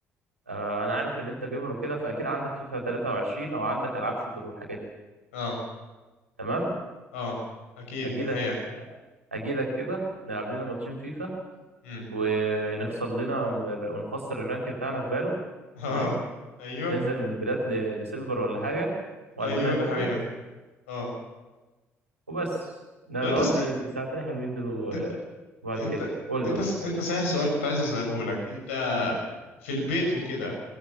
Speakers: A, on the right (about 85°); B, on the left (about 75°).
A: آه، انا عارف ان انت جيمر وكده فاكيد عندك فيفا 23 او عندك العاب شوتر والحاجات دي
B: اه
A: تمام
B: اه اكيد
A: اجيلك
B: دي حقيقة
A: اجيلك كده نلعب لنا ماتشين فيفا
B: مم.
A: ونخسر لنا ونخسر الرانك بتاعنا في فالو
B: <laughs>
A: تمام
B: اه ايوه
A: ننزل من بلات ل- لسيلفر ولا حاجة وقلبنا
B: ايوه
A: يتقبض
B: دي حقيقة اه
A: وبس ن-
B: طب انت
A: نقضي
B: س...
A: الساعتين الحلوين دول و-
B: انت
A: وبعد
B: انت
A: كده قول
B: انت
A: لي قول
B: س... انت
A: لي
B: صحيح سؤال كنت عايز اساله لك انت
A: مم.
B: في البيت وكده